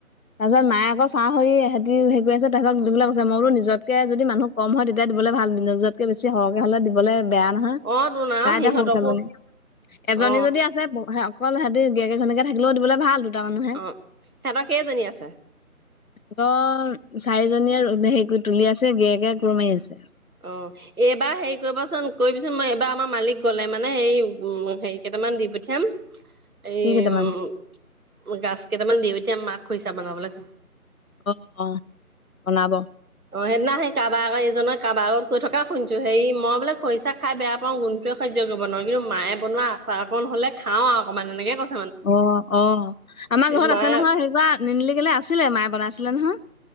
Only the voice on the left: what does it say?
তাৰপিছত মায়ে আকৌ সৰি সহতি হেৰি কৰি আছে তাহক দুবিলাক কৈছে মইয়ো নিজ যতকে যদি মানুহ কম হয় তেতিয়া দিবলৈ ভাল নজ যতকেছি সৰহকে হ'লে দিবলৈ বেয়া নহয় তাই
এতিয়া সৰুছোৱালীজনী এজনী
যদি আছে অকল সিহঁতি দিয়াকেইজনলৈকে থাকিলেও দিবলৈ ভাল দুটা মানুহে
তহঁতৰ চাৰিজনীয়ে হেৰি কৰি তুলি আছে গেৰীয়েকে কোৰ মাৰি আছে।
কি কেইটামান
অঁ', অঁ', বনাব।
অ', অ', আমাৰ ঘৰত
আছে নহয় হেইকৰা নিনিলিকেলে আছিলে মায়ে বনাইছিলে নহয়।